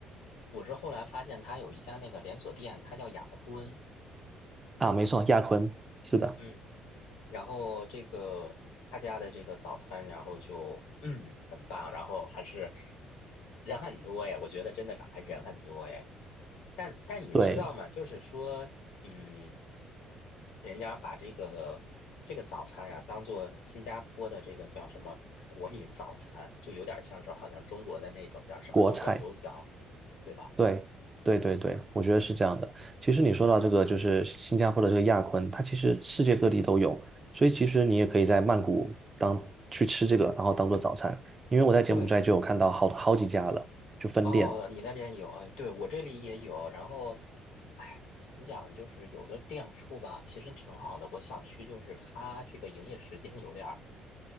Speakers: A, on the left (about 85°); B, on the right (about 25°).
A: 我是后来发现它有一家那个连锁店，它叫雅坤。
B: 啊，没错，亚坤，是的，
A: 嗯。然后这个他家的这个早餐，然后就 <clears throat> 嗯很棒，然后还是人很多哎，我觉得真的是还人很多哎。但但你知道吗？
B: 对，
A: 就是说，嗯，人家把这个这个早餐呀、当做新加坡的这个叫什么国民早餐，就有点像是好像中国的那种叫什么豆浆油条，
B: 国菜。
A: 对吧？
B: 对，对对对，我觉得是这样的。其实你说到这个，就是新加坡的这个亚坤，它其实世界各地都有，所以其实你也可以在曼谷当去吃这个，然后当做早餐。因为我在柬埔寨就有看到好好几家了，
A: 对，
B: 就分店。
A: 哦，你那边有，哎，对，我这里也有。然后，哎，怎么讲，就是有的店铺吧，其实挺好的。我想去，就是它这个营业时间有点儿